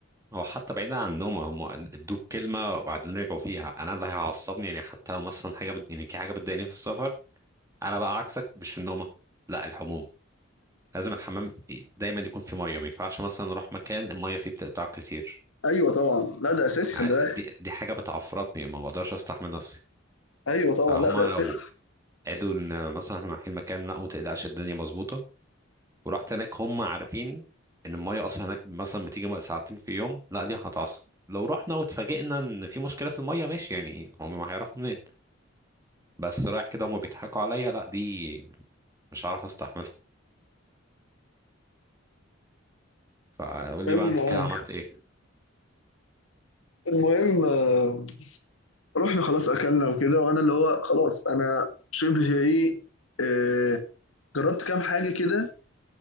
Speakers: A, on the right; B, on the left.
A: هو حتى بعيدا عن النوم هم ادوك كلمة وبعدين رجعوا فيها انا اللي هيعصبني يعني حتى لو مثلا حاجة بت... يعني في حاجة بتضايقني في السفر انا بقى عكسك مش في النومة لا الحموم لازم الحمام دايما يكون في ميه ما ينفعش مثلا اروح مكان الميه فيه بتقطع كتير
B: ايوه طبعا لا ده اساسي
A: ع-
B: خلي بالك
A: دي دي حاجة بتعفرتني ما بقدرش استحمل نفسي
B: ايوه طبعا
A: فهما
B: لا ده اساسي
A: لو قالوا ان مثلا احنا رايحين مكان لا وما تقلقش الدنيا مظبوطة ورحت هناك هم عارفين ان المية اصلا هناك مثلا بتيجي ساعتين في يوم لا دي هتعصب لو رحنا واتفاجئنا ان في مشكلة في المية ماشي يعني هم ما هيعرفوا منين بس رايح كده هم بيضحكوا عليا لا دي مش هعرف استحملها فقول لي
B: المهم
A: بقى انت كده عملت ايه
B: المهم آه، رحنا خلاص اكلنا وكده وانا اللي هو خلاص انا شبه ايه آه، جربت كام حاجه كده